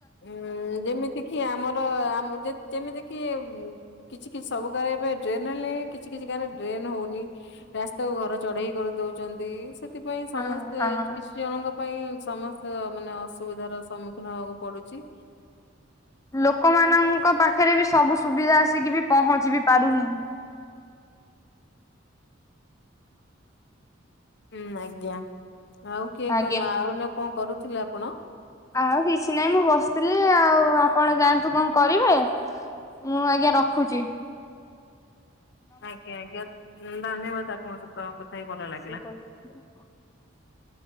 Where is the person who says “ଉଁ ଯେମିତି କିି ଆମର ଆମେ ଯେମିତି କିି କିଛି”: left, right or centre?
Left